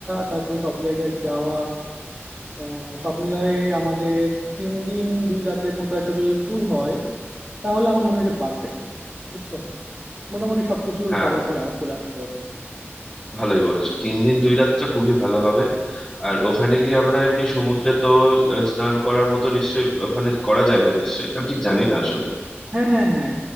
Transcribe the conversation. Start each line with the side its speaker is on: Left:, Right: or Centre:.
Right: তারপরে সব জায়গায় যাওয়া আহ, সব মিলায়ে আমাদের তিন দিন দুই রাতের মতো একটা যদি ট্যুর হয় তাহলে আমার মনে হয় যে পারফেক্ট বুঝছো মোটামুটি সবকিছু
Left: হ্যাঁ
Right: কভার করে আ- চলে আসতে পারবো
Left: ভালোই বলেছো তিন দিন দুই রাতটা খুবই ভালো হবে আর ওখানে গিয়ে আমরা এমনি সমুদ্রে তো আহ, স্নান করার মতো নিশ্চয়ই ওখানে করা যায় তো নিশ্চয়ই আমি ঠিক জানি না আসলে
Right: হ্যাঁ হ্যাঁ হ্যাঁ